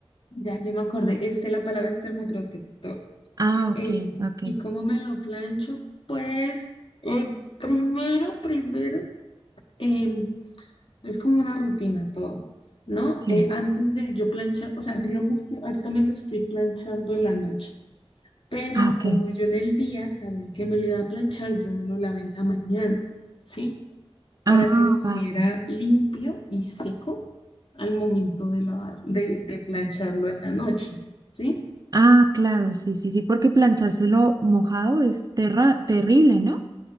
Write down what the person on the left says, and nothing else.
Ya, yo me acordé, este, la palabra es termoprotector.
Eh,
¿y cómo me lo plancho? Pues, eh, primero, primero, eh, es como una rutina todo, ¿no?
Eh, antes de yo planchar, o sea, digamos que ahorita me lo estoy planchando en la noche. pero
como yo en el día sabía que me lo iba a planchar, yo me lo lavé en la mañana, ¿sí? Para
que estuviera
limpio y seco al momento de, lavar, de, de plancharlo en la noche, ¿sí?